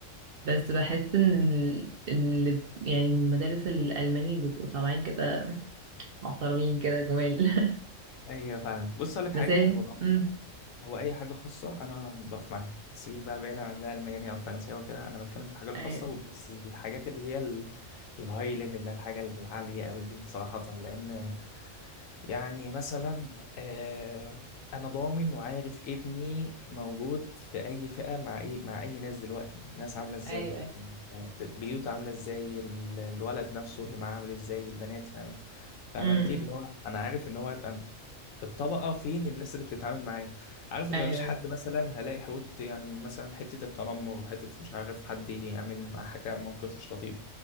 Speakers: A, on the right (about 60°); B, on the left (about 80°).
A: بس بحس ان ال... ال... يعني من المدارس الالماني بيبقوا طالعين كده محترمين كده جمال <laughs>
B: ايوه فاهمك بص اقول لك حاجه
A: بس هي
B: هو عموما
A: امم
B: هو اي حاجه خاصه انا بقف معاها سيبك بقى بعيدا عن بقى الماني او فرنساوي وكده انا بتكلم في الحاجه الخاصه
A: ايوه
B: بس الحاجات اللي هي ال- الهاي ليفل ده الحاجه العاليه قوي دي صراحه لان يعني مثلا آه، انا ضامن وعارف ابني موجود في اي فئة مع اي مع اي ناس دلوقتي الناس عاملة ازاي
A: ايوه ايوه
B: آه، بيوت عاملة ازاي ال- الولد نفسه اللي معاه عامل ازاي البنات فاهم فاهم
A: امم
B: انت اللي هو انا عارف ان هو هيبقى م- في الطبقة فين الناس اللي بتتعامل معاه عارف ان
A: ايوه
B: مفيش حد مثلا هلاقي حوت يعني مثلا حتة التنمر حتة مش عارف حد يعمل مع حاجة موقف مش لطيف